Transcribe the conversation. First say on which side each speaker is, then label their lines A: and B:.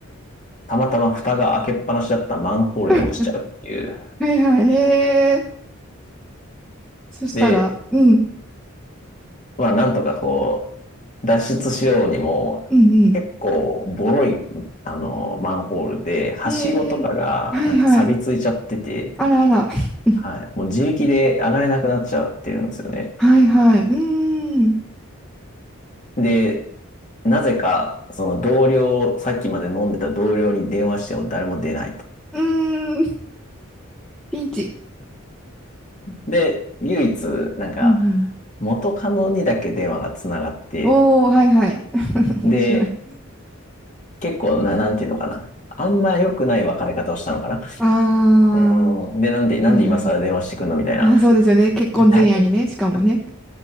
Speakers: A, on the left; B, in the centre.
A: たまたま蓋が開けっぱなしだったマンホールに落ちちゃうっていう。
B: <laughs> はいはい。へえ。そしたら、
A: で、
B: うん。
A: まあ、なんとかこう、脱出しようにも、
B: うんうん。
A: 結構、ボロい、あの、マンホールで、はしごとかが、
B: へえ。はいはい。
A: なんか錆びついちゃってて、
B: あらあら。<laughs>
A: はい。もう自力で上がれなくなっちゃってるんですよね。
B: はいはい。うーん。
A: で、なぜか、その同僚、さっきまで飲んでた同僚に電話しても誰も出ないと。
B: うーん。ピンチ。
A: で、唯一、なんか、
B: うんうん。
A: 元カノにだけ電話が繋がって、
B: おー、はいはい。<laughs>
A: で、
B: 面白い。
A: 結構な、なんていうのかな。あんま良くない別れ方をしたのかな。
B: あー。
A: うん。で、なんで、なんで今更電話してくんのみたいな。
B: はいはい。ああ、そうですよね。結婚前夜にね、
A: <laughs>
B: しかもね。